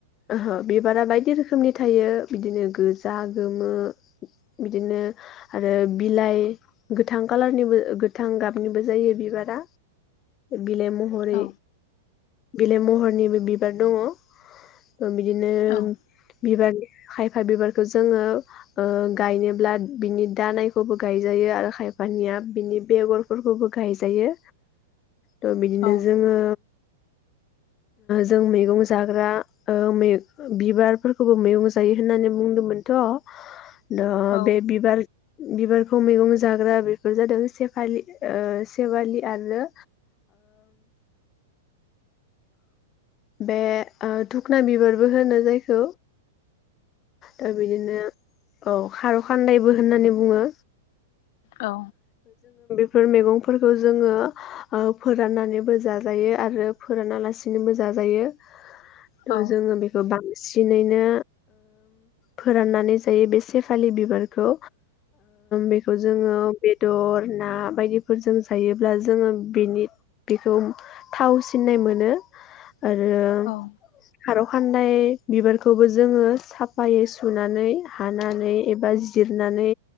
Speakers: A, on the left (about 30°); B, on the left (about 50°).
A: ओहो बिबारा बायदि रोखोमनि थायो बिदिनो गोजा गोमो बिदिनो आरो बिलाइ गोथां कालारनिबो गोथां गाबनिबो जायो बिबारा बिलाइ महरै
B: औ
A: बिलाइ महरनिबो बिबार दङ बिदिनो
B: औ
A: बिबार खायफा बिबारखौ जोंङो गायनोब्ला बिनि दानायखौबो गायजायो आरो खायफानिया बिनि बेगरफोरखौबो गायजायो थह बिदिनो
B: औ
A: जोंङो जों मैगं जाग्रा मै बिबारफोरखौबो मैगं जायो होननानै बुंदोंमोनथ' द
B: औ
A: बे बिबार बिबारखौ मैगं जाग्रा बेफोर जादों सेफालि सेवालि आरो बे दधुखना बिबारबो होनो जायखौ दा बिदिनो औ खार' खान्दायबो होननानै बुंङो
B: औ
A: बेफोर मैगंफोरखौ जोंङो फोराननानैबो जाजायो आरो फोरानालासिनोबो जाजायो
B: औ
A: थह जोंङो बेखौ बांसिन सिनैनो फोराननानै जायो बे सेफालि बिबारखौ बेखौ जोंङो बेदर ना बायदिफोरजों जायोब्ला जोंङो बेनि बेखौ थाव सिननाय मोनो। आरो
B: औ
A: फारौ खान्दाय बिबारखौबो जोंङो साफायै सुनानै हानानै एबा जिरनानै